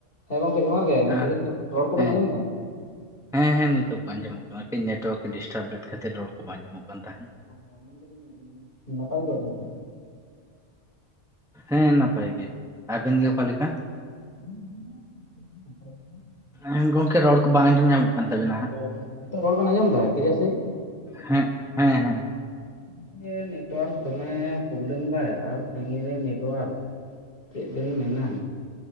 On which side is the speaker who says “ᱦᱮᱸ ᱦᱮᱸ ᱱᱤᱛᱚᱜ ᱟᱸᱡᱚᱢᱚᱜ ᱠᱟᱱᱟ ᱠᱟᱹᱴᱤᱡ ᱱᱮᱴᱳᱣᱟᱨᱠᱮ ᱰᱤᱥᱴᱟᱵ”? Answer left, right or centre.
Centre